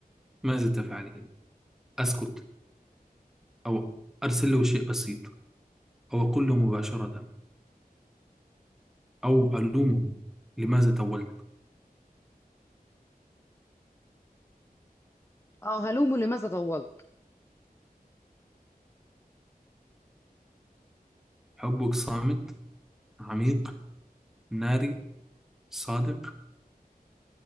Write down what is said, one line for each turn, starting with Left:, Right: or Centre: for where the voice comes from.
Centre: ماذا تفعلين؟ أسكت أو أرسل له شيء بسيط أو أقول له مباشرة أو ألومه لماذا تولت
Left: اه هلومه لماذا طولت
Centre: حبك صامت عميق ناري صادق